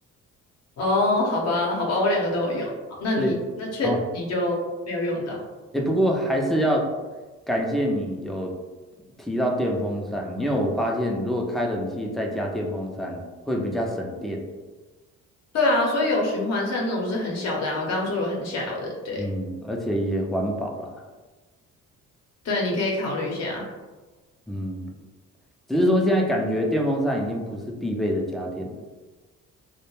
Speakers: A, on the left; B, in the centre.
A: 哦，好吧，好吧，我两个都有用。好那你那确实你就没有用到。
B: 对，哦，哎，不过还是要感谢你有提到电风扇，因为我发现如果开冷气再加电风扇会比较省电，
A: 对啊，所以有循环扇那种就是很小的啊，我刚刚说有很小的，对
B: 嗯，而且也环保啦，
A: 对，你可以考虑一下。
B: 嗯，只是说现在感觉电风扇已经不是必备的家电了。